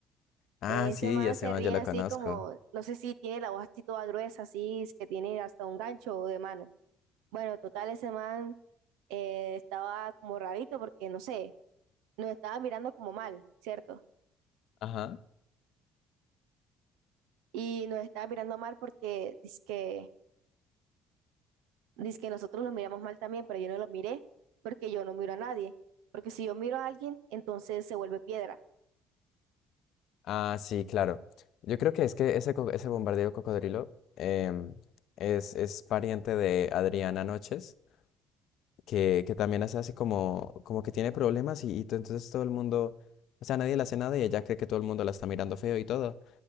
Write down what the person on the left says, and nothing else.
Ah,
sí,
ya se
yo lo
conozco.
Ajá.
Ah, sí, claro. Yo creo que es que ese, co- ese bombardero cocodrilo em, es, es pariente de Adriana Noches. que, que también se hace como, como que tiene problemas y, y to- entonces todo el mundo, o sea, nadie la hace nada y ella cree que todo el mundo la está mirando feo y todo.